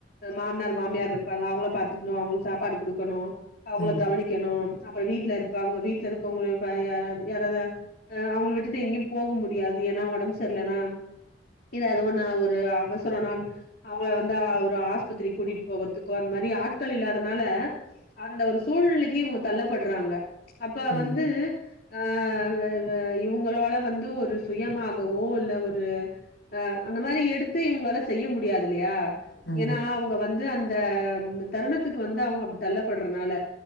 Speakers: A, on the left (about 60°); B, on the left (about 80°).
A: மாமனார் மாமியார் இருப் பாங்க அவுங்கள பாத்துக்கணும் அவுங்களுக்கு சாப்பாடு குடுக்கணும் அவங்கள
B: ம்
A: கவனிக்கணும் அப்புறம் வீட்ல இருப்பாங்க வீட்ல இருக்கவங்க ப யா யாராவது அவங்கள விட்டுட்டு எங்கயும் போக முடியாது ஏன்னா உடம்பு சரியில்ன்னா இது அதுவு ஒண்ணு ஒரு அவசரம் நா ஆ வந்து ஆஹ் ஒரு ஆஸ்பத்திரிக் கூட்டிட்டு போ போகற்துக்கோ அந்த மாரி ஆட்கள் இல்லாதனால அந்த ஒரு சூழ்நிலைக்கு இவுங்க தள்ளப்படுறாங்க அப்ப
B: ம்
A: வந்து ஆஹ் இவ இவ இவுங்களால வந்து ஒரு சுயமாகவோ இல்ல ஒரு ஆஹ் அந்த மாரி எடுத்து இவுங்களால செய்ய முடியாது இல்லயா
B: ம்
A: ஏன்னா அவுங்க வந்து அந்த அந்த தருணத்துக்கு வந்து அவுங்க அப்டி தள்ள படுறனால